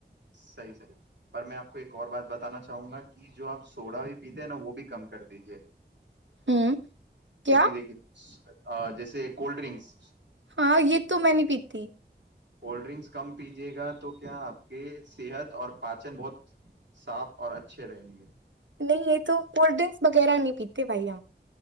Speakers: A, on the right; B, on the right.
A: صحیح صحیح پر میں آپ کو ایک اور بات بتانا چاہوں گا کہ جو آپ سوڈا بھی پیتے ہیں نا وہ بھی کم کر دیجے
B: ہوں کیا
A: کیونکہ دیکھے جیسے کولڈ ڈرنکس
B: ہاں یہ تو میں نہیں پیتی
A: کولڈ ڈرنکس کم پیجیے گا تو کیا آپ کے صحت اور پاچن بہت صاف اور اچھے رہیں گے
B: نہیں یہ تو کولڈ ڈرنکس وغیرہ نہیں پیتے بھائی ہمپ